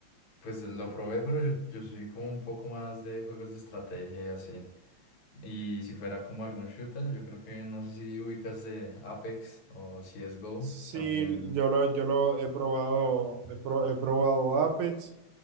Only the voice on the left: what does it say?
Pues lo probé, pero yo, yo soy como un poco más de juegos de estrategia y así. Y si fuera como algún shooter, yo creo que no sé si ubicas de Apex o CSGO
también.